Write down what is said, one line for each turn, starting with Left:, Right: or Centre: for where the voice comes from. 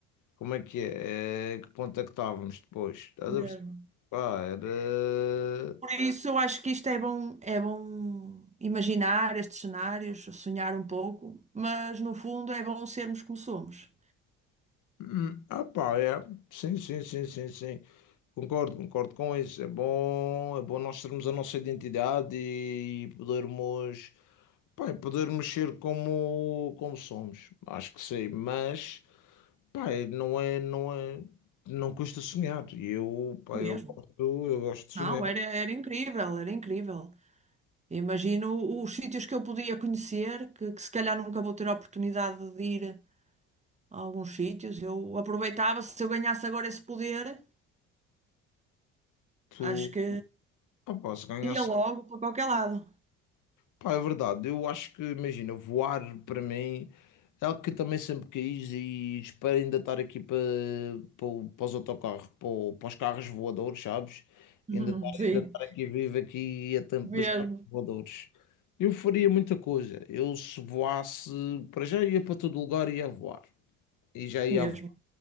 Left: Como é que é? Eh, que ponto é que estávamos depois? Estás
Right: mesmo.
Left: a perceber? Pá, era.
Right: Por isso, eu acho que isto é bom, é bom imaginar estes cenários, sonhar um pouco, mas no fundo é bom sermos como somos.
Left: Hum, Ah, pá, é. Sim, sim, sim, sim, sim. Concordo, concordo com isso. É bom, é bom nós termos a nossa identidade e podermos, pá, e podermos ser como, como somos. Acho que sim, mas, pá, é, não é, não é, não custa sonhar. E eu, pá,
Right: Mesmo.
Left: eu gosto, eu gosto de sonhar.
Right: Não, era, era incrível, era incrível. Imagino os sítios que eu podia conhecer, que, que se calhar nunca vou ter a oportunidade de ir a alguns sítios. Eu aproveitava, se eu ganhasse agora esse poder,
Left: Tu,
Right: acho que
Left: ah, pá, se ganhasse.
Right: ia logo para qualquer lado.
Left: Pá, é verdade. Eu acho que, imagina, voar para mim é algo que também sempre quis e espero ainda estar aqui para, para, o- para os autocarros, para, o- para os carros voadores, sabes?
Right: <laughs>
Left: Ainda estar,
Right: Sim,
Left: ainda estar aqui vivo aqui a tempo
Right: mesmo,
Left: dos carros voadores. Eu faria muita coisa. Eu se voasse, para já ia para todo lugar e ia voar. E já ia
Right: mesmo.
Left: a voar.